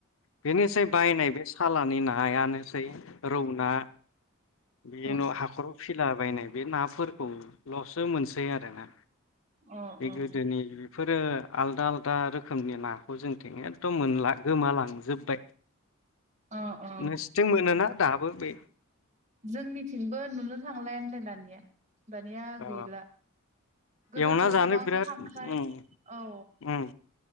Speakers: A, on the left; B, on the right.
A: बेनोसै बायनाय बे सालानि नायानो सै रौ ना बिदिनो
B: अ
A: न' हाखराव फिला बायनाय बे नाफोरखौल'सो मोनसै आरोना।
B: अ
A: बे गोदोनि बेफोरो आलदा आलदा रोखोमनि नाखौ जोंथिं एखदम मोनला गोमालांजोबबाय।
B: अ अ
A: नोंसिथिं मोनोना दाब बो बे
B: जोंनिथिंबो नुनो थांलायानदे दानिया। दानिया
A: अ
B: गैला गोदोथ'
A: एवना जानो
B: गोबां
A: बिराद
B: खांख्राइ
A: उम
B: औ
A: उम